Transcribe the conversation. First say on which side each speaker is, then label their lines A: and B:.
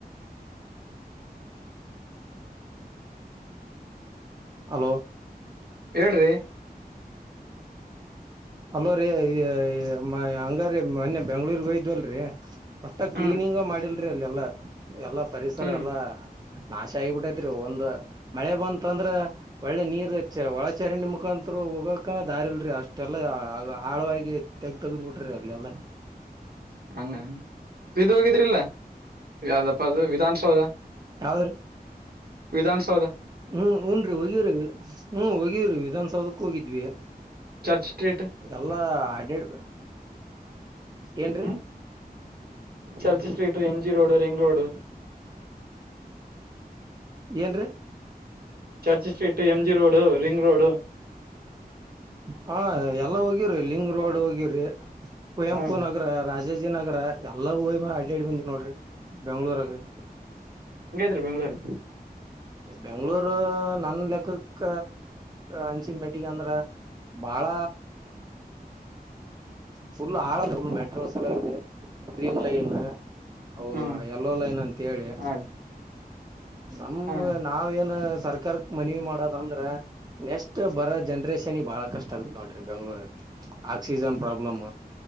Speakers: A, on the right (about 25°); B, on the right (about 70°).
A: ಹಲೋ
B: ಹೇಳ್ರಿ
A: ಹಲೊ ರೀ ಇ ಅಂಗಾರಿ ಮೊನ್ನೆ ಬೆಂಗ್ಳೂರ್ ಹೋಗಿದ್ವಲ್ರಿ ಮಟ್ಟ ಕ್ಲೀನಿಂಗ
B: ಹ್ಮ್
A: ಮಾಡಿಲ್ರಿ ಅಲ್ಲೆಲ್ಲಾ. ಎಲ್ಲಾ ಪರಿಸರ
B: ಹ್ಮ್
A: ಎಲ್ಲಾ. ನಾಶ ಆಗಿಬಿಟ್ಟೈತ್ರಿ ಒಂದ್ ಮಳೆ ಬಂತ ಅಂದ್ರ ಒಳ್ಳೆ ನೀರ್ ಒಳ ಚರಂಡಿ ಮುಖಾತ್ರು. ಹೋಗಕ ದಾರಿಲ್ರಿ ಅಷ್ಟೆಲ್ಲಾ ಆಳವಾಗಿ ತೆಗ ತೆಗ್ದ್ ಬಿಟ್ರಿ ಅಲ್ಲೆಲ್ಲ.
B: ಹಂಗ ಇ ಹೋಗಿದ್ರಿಲ್ಲ ಅದಪ್ಪ ಅದು ವಿಧಾನಸೌಧ.
A: ಯಾವ್ದ್ರ.
B: ವಿಧಾನಸೌಧ.
A: ಹ್ಮ್ ಹುನ್ರಿ ಹೋಗಿವ್ರಿ ಹ್ಮ್ ಹೋಗೀವ್ರಿ ವಿಧನ್ಸೌದಕ್ ಹೋಗಿದ್ವಿ.
B: ಚರ್ಚ್ ಸ್ಟ್ರೀಟ್
A: ಎಲ್ಲಾ ಅಡ್ಡಾಡಿ ಏನ
B: ಹ್ಮ್
A: ರಿ.
B: church street M G road ring road.
A: ಏನ್ ರೀ.
B: Church street M G road ring road.
A: ಹಾ ಎಲ್ಲ ಹೋಗಿವವ್ರಿ ಲಿಂಗ್ ರೋಡ್ ಹೋಗಿವವ್ರಿ. ಕುವೆಂಪು
B: ಹ್ಮ್
A: ನಗರ ರಾಜಾಜಿ ನಗರ ಎಲ್ಲಾ ಹಯ್ ಅಡ್ಡಾಡ್ ಬಂದವಿ ನೋಡ್ರಿ ಬೆಂಗ್ಳೂರಗ್. <inaudible>
B: ಸ ಬೆಂಗ್ಳೂರು.
A: ಬೆಂಗ್ಳೂರು ನನ್ ಲೆಕ್ಕಕ್ಕ ಅನ್ಸಿದ್ದ ಮಟ್ಟಿಗೆ ಅಂದ್ರ. ಬಾಳ. ಫುಲ್ ಆರಂದ ಮೆಟ್ರೋಸ ಎಲ್ಲ ಇ ಗ್ರೀನ್ ಲೈನ್. ಅವ
B: ಹ್ಮ್
A: ಎಲ್ಲೋ ಲೈನ್ ಅಂತ ಹೇಳಿ.
B: ಹಾ ರೀ
A: ನಮ
B: ಹಾ
A: ನಾವ ಏನ್ ಸರ್ಕಾರಕ್ ಮನವಿ ಮಾಡೋದಂದ್ರ ನೆಕ್ಟ್ ಬರೋ ಜನ್ರೇಷನ್ ಬಾಳ ಕಷ್ಟ ಆಗುತ್ತತ್ ನೋಡ್ರಿ ಬೆಂಗ್ಳೂರ ಆಕ್ಸಿಜನ್. ಪ್ರಾಬ್ಲಮ್